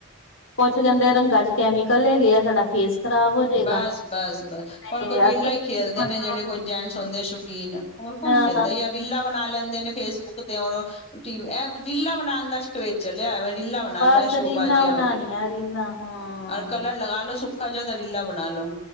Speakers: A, on the left; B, on the left.
A: ਕੁੱਛ ਕੈਂਦੇ ਰੰਗਾਂ ਚ ਕੈਮੀਕਲ ਹੈਗੇ ਆ, ਸਾਡਾ ਫੇਸ ਖ਼ਰਾਬ ਹੋ ਜਾਏਗਾ
B: ਬਸ-ਬਸ-ਬਸ ਹੁਨ
A: ਤੇ
B: ਕੋਈ ਵੇਲਾ
A: ਅੱਗੇ
B: ਈ ਖੇਲਦੇ
A: ਮਤਲਬ
B: ਨੇ ਜੇੜੇ ਕੋਈ ਜੈਨਸ ਹੁੰਦੇ ਸ਼ੌਕੀਨ, ਹੋਰ ਕੌਣ
A: ਹਾਂ
B: ਖੇਲਦੈ ਯਾ ਰੀਲਾਂ ਬਣਾ ਲੈਂਦੇ ਨੇ ਫੇਸਬੁੱਕ ਤੇ ਹੁਨ ਓ ਰੀਲਾਂ ਬਣਾਣ ਦਾ ਸ਼ ਚਲੇਆ ਹੋਯਾ ਵੇ ਰੀਲਾ ਬਣਾ
A: ਬਸ
B: ਲ ਸ਼ੋ
A: ਰੀਲਾਂ
B: ਬਾਜੀਆਂ
A: ਬਣਾਣੀਆਂ
B: ਵਾਲੀ।
A: ਰੀਲਾਂ ਹਾਂ
B: ਕਲਰ ਲਗਾ ਲੋ ਸੁੱਖਾ ਜੇਆ ਤੇ ਰੀਲਾ ਬਣਾ ਲੋ।